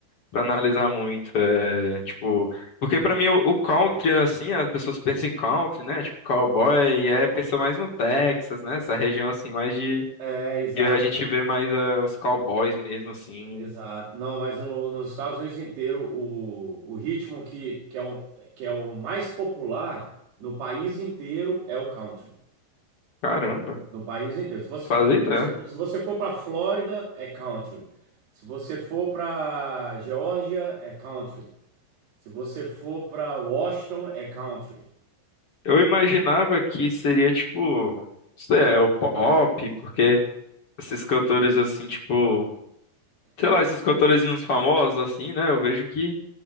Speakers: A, on the left; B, on the right.
A: para analisar muito, é, tipo, porque pra mim o, o country assim, as pessoas pensam em country, né? Tipo, cowboy, e é pensa mais no Texas, né? Essa região assim mais de
B: É, exato,
A: que a gente vê mais é, os cowboys mesmo assim.
B: exato. Não, mas no- nos Estados Unidos inteiro, o, o ritmo que, que, é o, que é o mais popular no país inteiro é o country.
A: Caramba,
B: No país inteiro. Se você,
A: não fazia ideia.
B: se, se você for para Flórida, é country. Se você for para Geórgia, é country. Se você for para Washington, é country.
A: Eu imaginava que seria tipo, sei lá, o pop, porque esses cantores assim, tipo, sei lá, esses cantorezinhos famosos assim, né? Eu vejo que